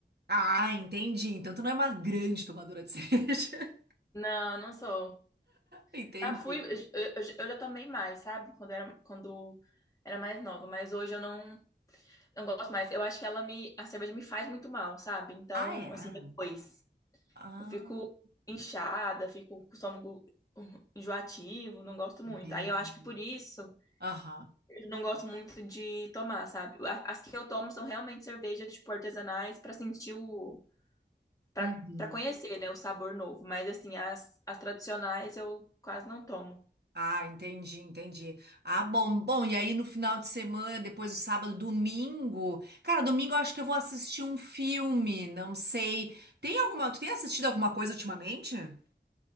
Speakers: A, on the right; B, on the left.
A: Ah, entendi. Então tu não é uma grande tomadora de <laughs> cerveja.
B: Não, não sou.
A: Entendi.
B: Já fui, eu, eu- eu já tomei mais, sabe? Quando era, quando era mais nova, mas hoje eu não, não gosto mais. Eu acho que ela me, a cerveja me faz muito mal, sabe? Então,
A: Ah, é?
B: assim, depois
A: Ah,
B: eu fico inchada, fico com o estômago hum, enjoativo, não gosto muito.
A: entendi.
B: Aí eu acho que por isso
A: Aham.
B: eu não gosto muito de tomar, sabe? A- As que eu tomo são realmente cervejas, tipo, artesanais, pra sentir o Pra
A: Uhum.
B: para conhecer, né, o sabor novo. Mas, assim, as, as tradicionais eu quase não tomo.
A: Ah, entendi, entendi. Ah, bom, bom, e aí no final de semana, depois do sábado, domingo. Cara, domingo eu acho que eu vou assistir um filme, não sei. Tem alguma, tu tem assistido alguma coisa ultimamente?